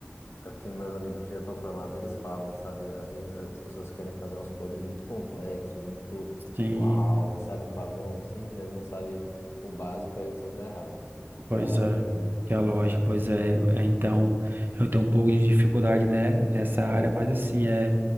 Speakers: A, on the left; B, on the right.
A: é o que meus amigos que já estão formados, eles falam, sabe? Às vezes as pessoas querem fazer uns códigos muito complexos, muito
B: Sim,
A: uau, sabe, Um pavão assim, mas não sabe o básico, aí sempre dá errado,
B: Pois
A: que é a lógica,
B: é,
A: né?
B: que é lógico, pois é, é, então eu tenho um pouco de dificuldade, né, nessa área, mas assim, é,